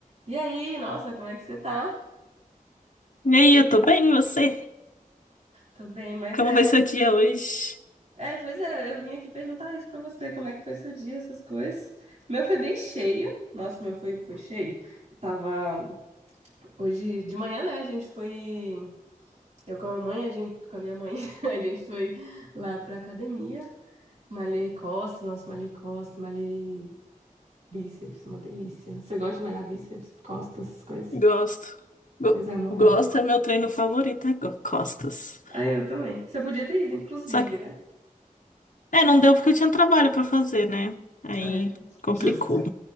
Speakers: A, on the right; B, on the left.
A: E aí, nossa, como é que você tá?
B: E aí, eu tô bem, e você?
A: Tô bem, mas
B: Como
A: é.
B: vai seu dia hoje?
A: É, pois é, eu vim aqui perguntar isso pra você, como é que foi seu dia, essas coisas. Meu foi bem cheio. Nossa, meu foi, foi cheio. Eu tava. Hoje de manhã, né? A gente foi. Eu com a mamãe, a gente, com a minha mãe, <laughs> a gente foi lá pra academia. Malhei costas, nossa, malhei costas, malhei bíceps, uma delícia. Você gosta de malhar bíceps, costas, essas coisas?
B: Gosto. Go-
A: Pois é, mó
B: gosto
A: bom.
B: é meu treino favorito, é go- costas.
A: Ah, eu também. Você podia ter ido, inclusive,
B: Só que,
A: né?
B: é, não deu porque eu tinha trabalho pra fazer, né? Aí
A: É,
B: complicou.
A: justo,